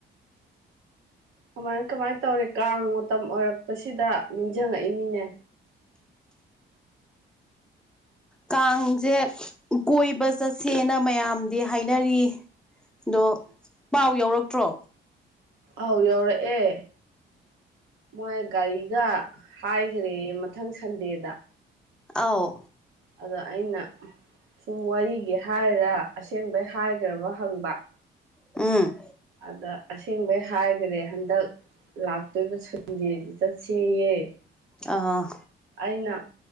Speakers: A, on the right; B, in the centre.
A: ꯀꯃꯥꯏ ꯀꯃꯥꯏꯅ ꯇꯧꯔꯤ ꯀꯥꯡ ꯃꯇꯝ ꯑꯣꯏꯔꯛꯄꯁꯤꯗ ꯅꯤꯡꯁꯤꯡꯉꯛꯏꯅꯤꯅꯦ
B: ꯀꯥꯡꯁꯦ ꯀꯣꯏꯕ ꯆꯠꯁꯦꯅ ꯃꯌꯥꯝꯗꯤ ꯍꯥꯏꯅꯔꯤ ꯑꯗꯣ ꯄꯥꯎ ꯌꯥꯎꯔꯛꯇ꯭ꯔꯣ
A: ꯑꯥꯎ ꯌꯧꯔꯛꯑꯦ ꯃꯣꯏ ꯒꯥꯔꯤꯒ ꯍꯥꯏꯈ꯭ꯔꯦ ꯃꯊꯪ ꯁꯟꯗꯦꯗ
B: ꯑꯥꯎ
A: ꯑꯗ ꯑꯩꯅ ꯁꯨꯝ ꯋꯥꯔꯤꯒꯤ ꯍꯥꯏꯔ ꯑꯁꯦꯡꯕꯩ ꯍꯥꯏꯈ꯭ꯔꯕ ꯍꯪꯕ
B: ꯑꯝ
A: ꯑꯗꯥ ꯑꯁꯦꯡꯕꯩ ꯍꯥꯏꯈ꯭ꯔꯦ ꯍꯟꯗꯛ ꯂꯥꯛꯇꯣꯏꯔꯤꯕ ꯁꯟꯗꯦꯁꯤ ꯆꯠꯁꯤꯌꯦ
B: ꯑꯥ
A: ꯑꯩꯅ